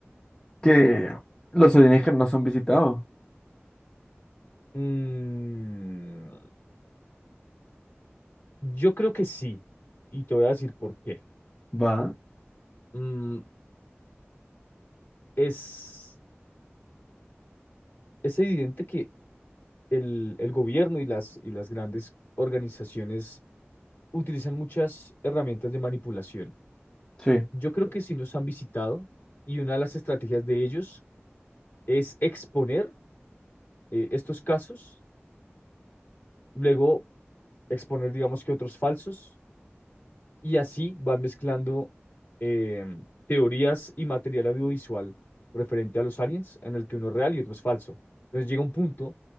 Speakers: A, on the left (about 20°); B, on the left (about 55°).
A: Que los alienígenas nos han visitado.
B: Mm, yo creo que sí, y te voy a decir por qué.
A: Va,
B: Mm, es, es evidente que el, el gobierno y las, y las grandes organizaciones utilizan muchas herramientas de manipulación.
A: sí.
B: Yo creo que sí nos han visitado y una de las estrategias de ellos es exponer eh, estos casos, luego exponer, digamos que otros falsos, y así van mezclando eh, teorías y material audiovisual referente a los aliens, en el que uno es real y otro es falso. Entonces llega un punto